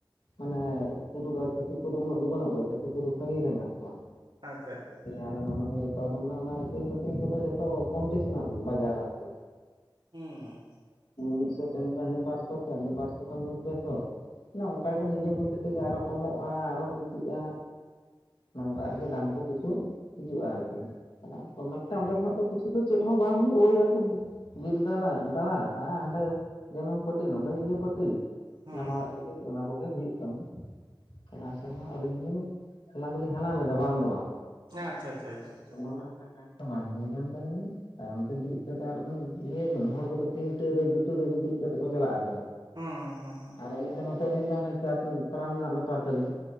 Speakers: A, on the left; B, on the right.
A: ᱢᱟᱱᱮ ᱥᱩᱨ ᱨᱮᱫᱚ ᱪᱷᱟᱹᱛᱤᱠ ᱠᱚᱫᱚ ᱩᱱᱟᱹᱜ ᱫᱚ ᱵᱟᱹᱱᱩᱜ ᱠᱚᱣᱟ ᱪᱷᱟᱹᱤᱠ ᱠᱚᱫᱚ ᱥᱟᱹᱜᱤᱧ ᱨᱮ ᱢᱮᱱᱟᱜᱼᱼ ᱠᱚᱣᱟ
B: ᱟᱪᱪᱷᱟ ᱟᱪᱪᱷᱟ ᱟᱪᱪᱷᱟ
A: ᱟᱞᱮ ᱱᱚᱰᱮ ᱫᱚ ᱡᱷᱚᱛᱚᱣᱟᱜ ᱟᱫᱚ ᱚᱱᱟ ᱚᱱᱟ᱾ ᱟᱠᱨᱤᱧ ᱢᱟᱠᱨᱤᱧ ᱠᱚᱫᱚ ᱡᱷᱚᱛᱚ ᱠᱚᱢᱴᱤᱥᱱᱟᱞ ᱵᱟᱡᱟᱨ ᱟᱨᱠᱤ
B: ᱦᱩᱸ
A: ᱢᱤᱫᱥᱚᱴᱤᱼᱼ ᱛᱮᱢᱯᱟ ᱦᱟᱱᱤ ᱵᱟᱨᱥᱚ ᱛᱮ ᱦᱟᱱᱤ ᱵᱟᱨᱥᱚ ᱠᱷᱟᱱ ᱱᱩᱭ ᱯᱮᱥᱚᱼᱼ ᱚᱱᱮ ᱚᱱᱠᱟᱜᱮ ᱱᱤᱡᱮ ᱢᱚᱫᱽᱫᱷᱮ ᱛᱮᱜᱮ ᱟᱨᱚ ᱠᱚᱢᱚᱜᱼᱟ ᱟᱨᱚ ᱵᱮᱥᱤᱜᱼᱟ᱾ ᱱᱚᱝᱠᱟ ᱟᱨᱠᱤ ᱫᱟᱢ ᱠᱚ ᱠᱤᱪᱷᱩ ᱦᱤᱡᱩᱜᱼᱟ ᱟᱨᱠᱤ ᱪᱟᱞᱟᱜᱼᱟ᱾ ᱛᱚ ᱢᱮᱠᱴᱟ ᱚᱸᱰᱮ ᱠᱷᱚᱱᱟᱜ ᱫᱚ ᱠᱤᱪᱷᱩ ᱫᱚ ᱪᱮᱫ ᱦᱚᱸ ᱵᱟᱝ ᱦᱩᱭᱩᱜᱼᱟ ᱳᱭ ᱟᱨᱠᱤ ᱵᱤᱨ ᱫᱟᱬᱟ ᱫᱟᱲᱟ ᱟᱦᱟᱸᱰᱮᱼᱼ ᱡᱟᱹᱱᱩᱢ ᱯᱟᱹᱴᱤ ᱱᱚᱰᱮ ᱤᱭᱟᱹ ᱯᱟᱴᱤ
B: ᱦᱩᱸ
A: ᱡᱟᱢᱟ ᱚᱬᱮᱡ ᱠᱚᱜᱮ ᱱᱟ ᱠᱚᱜᱮ ᱦᱩᱭᱩᱜ ᱠᱟᱱᱟ᱾ ᱪᱟᱞᱟᱝ ᱥᱮᱨᱢᱟ ᱟᱹᱞᱤᱧ ᱦᱚᱸᱞᱤᱧ ᱦᱟᱞᱟᱝ ᱫᱚᱞᱤᱧ ᱦᱟᱞᱟᱝ ᱞᱮᱫᱟ ᱵᱟᱝ ᱫᱚ ᱵᱟᱝᱼᱼ
B: ᱟᱪᱪᱷᱟ ᱟᱪᱷᱟᱪᱷᱟ ᱪᱷᱟᱪᱷᱟ
A: ᱚᱱᱟ ᱠᱟᱛᱷᱟ ᱫᱚ ᱵᱟᱝ ᱦᱩᱭ ᱠᱟᱱ ᱛᱚᱞᱤ ᱱᱟ ᱛᱟᱭᱚᱢᱛᱮ ᱵᱮᱨᱮᱫ ᱠᱟᱛᱮᱫ ᱟᱨᱦᱚᱸᱵᱮᱱ ᱤᱭᱟᱹᱭ ᱵᱮᱱ ᱦᱚᱲ ᱠᱚᱫᱚ ᱛᱤᱱᱴᱟᱹᱨ ᱨᱮ ᱫᱩᱴᱟᱹᱨ ᱨᱮ ᱵᱮᱨᱮᱫ ᱠᱟᱛᱮᱫ ᱠᱚ ᱪᱟᱞᱟᱜ ᱟᱠᱚᱼᱼ
B: ᱦᱩᱸ ᱦᱩᱸ ᱦᱩᱸ ᱦᱩᱸ
A: ᱟᱨ ᱟᱹᱞᱤᱧ ᱫᱚ ᱱᱚᱛᱮ ᱟᱹᱞᱤᱧ ᱫᱚ ᱦᱟᱱᱮ ᱪᱟᱥ ᱠᱟᱢᱤ ᱯᱷᱟᱨᱟᱢ ᱨᱮᱱᱟᱜ ᱵᱮᱯᱟᱨ ᱛᱟᱹᱞᱤᱧ